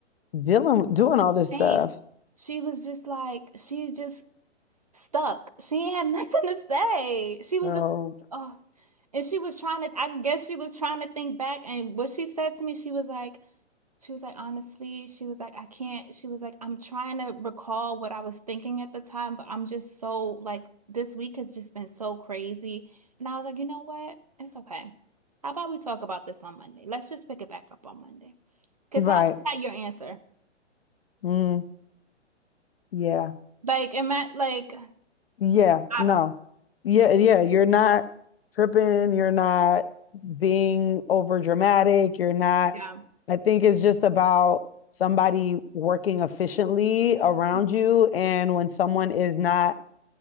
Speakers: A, on the left (about 55°); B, on the right (about 35°).
A: dealing, doing all this
B: Same.
A: stuff?
B: She was just like, she's just stuck. She ain't had <laughs> nothing to say. She was
A: So
B: just, oh. And she was trying to, I guess she was trying to think back. And what she said to me, she was like, She was like, honestly, she was like, I can't. She was like, I'm trying to recall what I was thinking at the time, but I'm just so like, this week has just been so crazy. And I was like, you know what? It's okay. How about we talk about this on Monday? Let's just pick it back up on Monday. Because
A: Right.
B: how is that your answer?
A: Mm, yeah.
B: Like, it meant like,
A: Yeah.
B: I
A: No.
B: don't know.
A: Yeah. Yeah. You're not tripping. You're not being over dramatic. You're not,
B: Yeah.
A: I think it's just about somebody working efficiently around
B: Mhm.
A: you. And when someone is not,